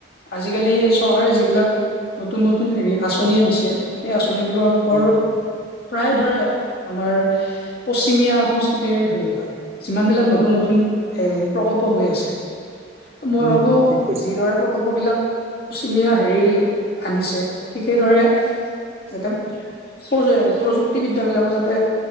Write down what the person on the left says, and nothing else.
আজিকালি চৰকাৰে যিবিলাক নতুন নতুন হেৰি আঁচনি আনিছে সেই আঁচন বিলাকৰ
প্ৰায় ধৰে আমাৰ পশ্চিমীয়া সংস্কৃতিৰ হেৰি হয় যিমানবিলাক নতুন নতুন এ প্ৰকল্প হৈ আছে ত মই
ভাবো
যিদৰে প্ৰকল্প বিলাক পশ্চিমীয়া হেৰি আনিছে ঠিক সেইদৰে যাতে প্ৰ প্ৰযুক্তিবিদ্যা বিলাকো যাতে